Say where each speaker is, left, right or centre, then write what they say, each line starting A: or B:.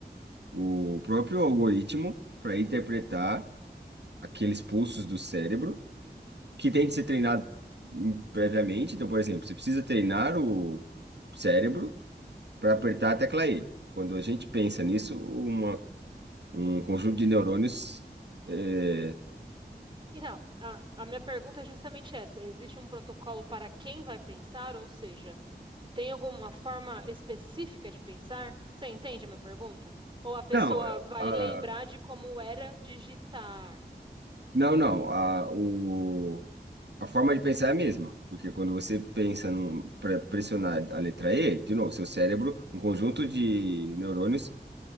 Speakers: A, on the right; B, on the right.
A: o próprio algoritmo para interpretar aqueles pulsos do cérebro, que tem de ser treinado hum, previamente. Então, por exemplo, você precisa treinar o cérebro para apertar a tecla E. Quando a gente pensa nisso, uma, um conjunto de neurônios eh,
B: Então, a, a minha pergunta é justamente essa: existe um protocolo para quem vai pensar, ou seja, tem alguma forma específica de pensar? Você entende a minha pergunta? Ou a pessoa
A: Não, é,
B: vai
A: ah,
B: lembrar de como era digitar?
A: não, não. A, o, a forma de pensar é a mesma, porque quando você pensa para pressionar a letra E, de novo, seu cérebro, um conjunto de neurônios